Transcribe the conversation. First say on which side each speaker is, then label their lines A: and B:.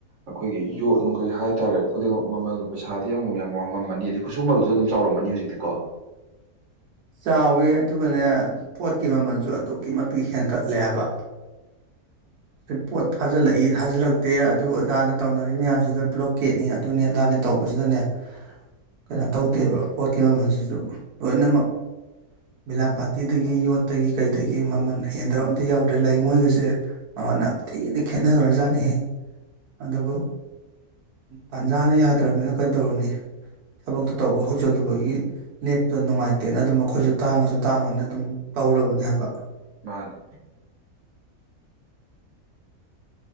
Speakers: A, on the right; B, on the right.
A: ꯑꯈꯣꯏꯒꯤ ꯌꯣꯠ ꯅꯨꯡꯒꯩ ꯍꯥꯏꯇꯥꯔꯦ ꯈꯨꯗꯤꯡꯃꯛ ꯃꯃꯜ ꯄꯩꯁꯥꯗꯤ ꯑꯃꯨꯛ ꯌꯥꯝ ꯋꯥꯥꯡ ꯉꯝꯃꯅꯤ ꯑꯗꯩ ꯈꯨꯠꯁꯨꯃꯜꯁꯨ ꯑꯗꯨꯝ ꯆꯥꯎꯔꯝꯃꯅꯤ ꯍꯨꯖꯤꯛꯇꯤꯀꯣ
B: ꯆꯥꯎꯋꯤ ꯑꯗꯨꯒꯅꯦ ꯄꯣꯠꯀꯤ ꯃꯃꯜꯁꯨ ꯑꯗꯨꯛꯀꯤ ꯃꯇꯤꯛ ꯍꯦꯟꯀꯠꯂꯦ ꯍꯥꯏꯕ ꯄꯣꯠ ꯊꯥꯖꯤꯜꯂꯛꯏ ꯊꯥꯖꯤꯜꯂꯛꯇꯦ ꯑꯗꯨ ꯑꯗꯥ ꯇꯧꯅꯔꯤꯕ ꯃꯌꯥꯝꯁꯤꯗ ꯕ꯭ꯂꯣꯛ ꯀꯦꯠꯅꯤ ꯑꯗꯨꯅꯤ ꯑꯗꯥꯅꯤ ꯇꯧꯕꯁꯤꯗꯅꯦ ꯀꯩꯅꯣ ꯇꯧꯗꯦꯕ ꯄꯣꯠꯀꯤ ꯃꯃꯜꯁꯤꯁꯨ ꯂꯣꯏꯅꯃꯛ ꯕꯤꯂꯥꯝ ꯕꯥꯇꯤꯗꯒꯤ ꯌꯣꯠꯇꯒꯤ ꯀꯩꯗꯒꯤ ꯃꯃꯜ ꯍꯦꯟꯗꯕ ꯑꯝꯇ ꯌꯥꯎꯗ꯭ꯔꯦ ꯂꯩꯉꯣꯏꯒꯁꯦ ꯃꯥꯃꯜ ꯌꯥꯝ ꯊꯤꯅ ꯈꯦꯠꯅꯈ꯭ꯔꯖꯥꯠꯅꯤꯍꯦ ꯑꯗꯨꯕꯨ ꯇꯥꯟꯖꯥꯅ ꯌꯥꯗ꯭ꯔꯕꯅꯤꯅ ꯀꯩꯗꯧꯔꯨꯅꯤ ꯊꯕꯛꯇꯨ ꯇꯧꯕ ꯍꯧꯖꯤꯜꯂꯨꯕꯒꯤ ꯂꯦꯞꯇꯅ ꯅꯨꯡꯉꯥꯏ ꯇꯦꯅ ꯑꯗꯨꯝ ꯑꯩꯈꯣꯏꯁꯨ ꯇꯥꯡꯉꯁꯨ ꯇꯥꯡꯉꯅ ꯑꯗꯨꯝ ꯇꯧꯔꯕꯅꯦ ꯍꯥꯏꯕ
A: ꯃꯥꯅꯦ